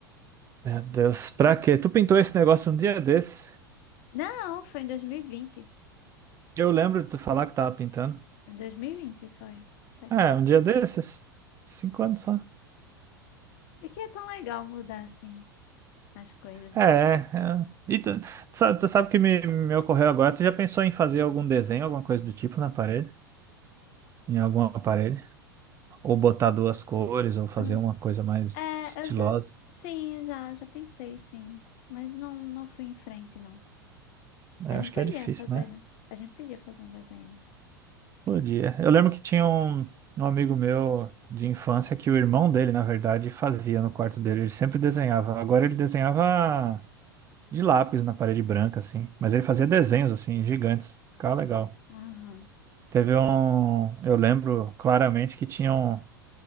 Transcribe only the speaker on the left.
Não, foi em 2020.
Em 2020 foi. Faz
tempo.
E que é tão legal mudar assim as coisas.
Ah,
é,
eu já. Sim, eu já, já pensei, sim. Mas não, não fui em frente, não.
A
gente podia
fazer,
né? A gente podia fazer um desenho, né?
Sim.
Aham.